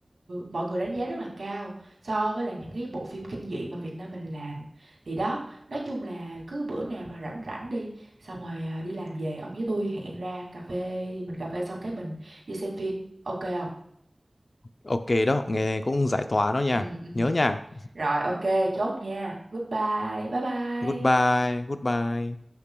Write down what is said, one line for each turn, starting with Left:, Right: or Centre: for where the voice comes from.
Right: mọi người đánh giá rất là cao so với là những cái bộ phim kinh dị mà Việt Nam mình làm. Thì đó, nói chung là cứ bữa nào mà rảnh rảnh đi xong rồi à, đi làm về ông với tôi hẹn ra cà phê mình cà phê xong cái mình đi xem phim ok không
Left: <laughs> ok đó nghe cũng giải tỏa đó nha
Right: ừ ừ
Left: nhớ nha
Right: rồi ok chốt nha goodbye bye bye
Left: goodbye goodbye